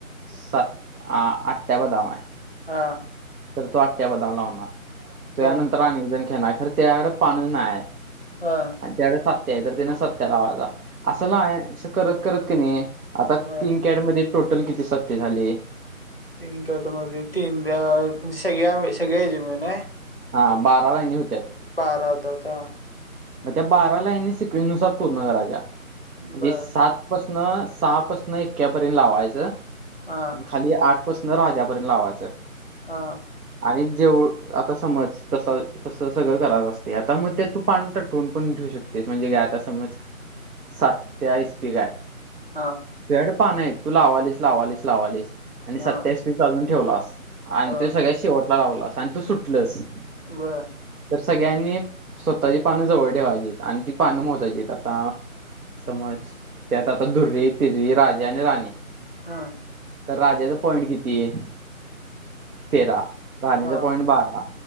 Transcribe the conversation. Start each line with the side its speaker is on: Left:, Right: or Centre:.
Right: सात, आठ त्यां बदाम आहे.
Left: हा!
Right: तर तो आठ्या बदाम लावणार, त्यानंतर
Left: हा
Right: अनेक जनं खेळणार, खरं त्याकड पानच नाये.
Left: हा!
Right: त्याकड सत्या आहे तर त्यांन सत्या लावायचा, असं नाय असं करतं करतं कं नी! आता
Left: हा
Right: तीन कॅडमध्ये टोटल किती सत्ते झाले?
Left: तीन कॅट मध्ये तीन ब्यां म्हणजे सगळ्या, सगळ्याचे मिळून हे.
Right: हा बारा लाईनी होत्यात.
Left: बारा होताता हा.
Right: म त्या बारा लाईनी सिकवेनुसार पूर्ण करायच्या म्हणजे
Left: बर
Right: सात. पसनं सहापसनं इक्क्या पर्यंनं लावायचं.
Left: हा!
Right: आणि खाली आठ पसन राजा पर्यंनं लावायचं.
Left: हा!
Right: आणि जेऊळ आता समज, तसं तस सगळं करायच असतेय आता मग ते तू पाणी? ट टून पण ठेऊ शकतेस, म्हणजे काय आता समज सात त्यां इस्पीका आहे.
Left: हां!
Right: भेड पान हे तू लावालीस, लावालीस, लावालीस, आणि
Left: हा
Right: सत्याइस्पिकं अजून ठेवलास. आणि
Left: हा
Right: ते सगळ्यात शेवटला लावलास आणि तू सुटलसं.
Left: बर
Right: तर सगळ्यांनी स्वतःची पानं जवळ ठेवायची आहेत, आणि ती पानं मोजायची आहेत आता. समज त्यात आता धुर्री, तिरी, राजा आणि राणी.
Left: हा!
Right: त राजाच पॉइंट किती हे तेरा. राणीचं
Left: हा
Right: पॉइंट बारा